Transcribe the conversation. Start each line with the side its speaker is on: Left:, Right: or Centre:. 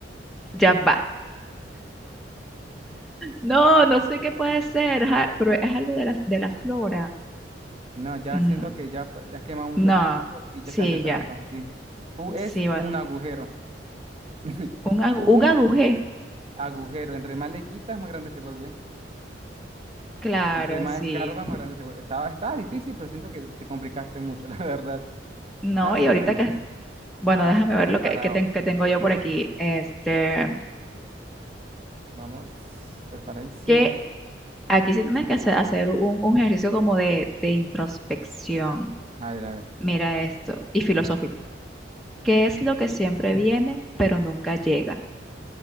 Centre: ya va. No, no sé qué puede ser, ajá, pero es algo de la, de la flora.
Right: No, ya
Centre: Mm,
Right: siento que ya, pues, ya has quemado mucho
Centre: No,
Right: tiempo y
Centre: sí,
Right: ya se hace trampa,
Centre: ya.
Right: sí. Fu es
Centre: Sí, bueno.
Right: un agujero. <laughs>
Centre: Un, agu-
Right: Un
Centre: un agujé.
Right: agujero. Entre más le quitas, más grande se vuelve.
Centre: Claro,
Right: Entre más
Centre: sí.
Right: escarbas, más grande se vuelve. Estaba, estaba difícil, pero siento que te complicaste mucho, <laughs> la verdad.
Centre: No,
Right: Lánzame
Centre: y ahorita
Right: uno.
Centre: que Bueno,
Right: Vamos,
Centre: déjame
Right: estoy preparado.
Centre: ver lo que, que, ten- que tengo yo por aquí. Este,
Right: Vamos, preparadísimo.
Centre: que aquí sí tienes que hacer, hacer un, un ejercicio como de, de introspección.
Right: A ver, a ver.
Centre: Mira esto, y filosófico. ¿Qué es lo que siempre viene, pero nunca llega?